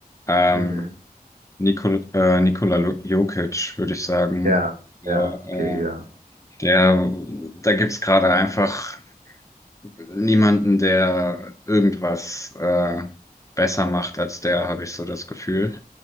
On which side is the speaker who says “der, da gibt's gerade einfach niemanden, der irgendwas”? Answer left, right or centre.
Left